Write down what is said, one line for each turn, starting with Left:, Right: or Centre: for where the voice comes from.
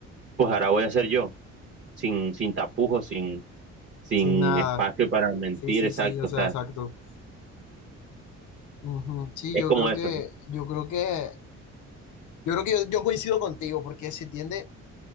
Right: pues ahora voy a ser yo sin, sin tapujos, sin, sin
Left: Sin nada.
Right: espacio para mentir,
Left: Sí, sí,
Right: exacto,
Left: sí, o sea,
Right: o sea,
Left: exacto. Ujú, Sí,
Right: es
Left: yo
Right: como
Left: creo
Right: eso,
Left: que,
Right: ¿no?
Left: yo creo que, yo creo que yo, yo coincido contigo, porque se tiende,